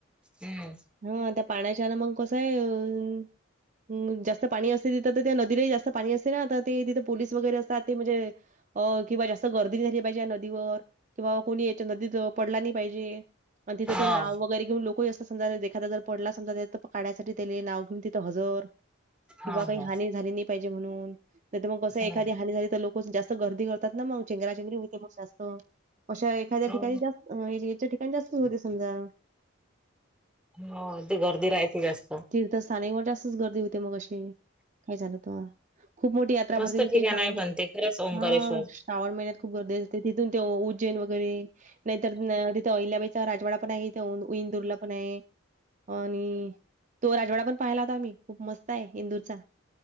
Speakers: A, in the centre; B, on the right.
A: हम्म.
B: हं. त्या पाण्याच्यान मग कसंय अं - हं. जास्त पाणी असते तिथं तर त्या नदीला जास्त पाणी असते ना? तर ते तिथं पोलीस वगैरे असतात ते म्हणजे- अ किंवा जास्त गर्दी झाली पाहिजे या नदीवर. किंवा कोणी याच्या नदीत पडला नाही पाहिजे. आणि तिथं
A: हो
B: ते नाव- वगैरे घेऊन लोकही असतात. समजा एखादा जर पडला समजा त्यात तर काढायसाठी त्याले नाव घेऊन तिथं हजर.
A: हो
B: कि बा काही
A: हो
B: हानी झाली नाही पाहिजे म्हणून. नाही त म कसय
A: हो
B: एखादी हानी झाली तर लोक- <unintelligible> जास्त गर्दी करतात ना म? चेंगरा चेंगरी होते मग जास्त. अशा एखाद्या
A: हो
B: ठिकाणी जास्त, याच्या ठिकाणी जास्त होते समजा.
A: हो. ती गर्दी रायती जास्त.
B: त्या स्थानि म जास्तच गर्दी होते मग अशी. काही झालं त. खूप मोठी यात्रा
A: मस्त
B: भरते तिथे
A: ठिकाण
B: श्रावण,
A: आहे पण ते खरंच ओंकारेश्वर
B: हां. श्रावण महिन्यात खूप गर्दी असते. तिथून- ते उज्जैन वगैरे. नाहीतर तिथे अहिल्याबाईचा राजवाडा पण आहे. तिथे ईंदूरला पण आहे. आणि तो राजवाडा पण पाहिला होता आम्ही. खूप मस्त आहे इंदूरचा.